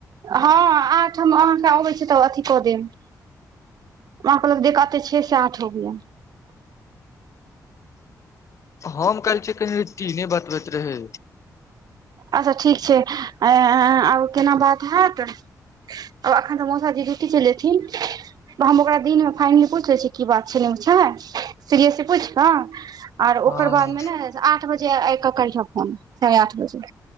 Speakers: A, on the right (about 75°); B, on the left (about 50°).
A: हँ आठम आहाँ के अबैत छी तऽ अथी कऽ देब मह कहल देखातते छे से आठ हो गय <unintelligible>
B: हम कहल छियै कहे टीने बतबैत रहै
A: अच्छा ठीक छै अ आर केना बात हत आब एखन त मौसाजी ड्युटी चल जेथिन हम ओकरा दिनमे फाइनली पूछ लै छियै की बात छै नेछ सीरियसी पूछि कऽ ओर
B: हँ
A: ओकर बादमे ने आठ बजे आब क करिह फोन साढ़े आठ बजे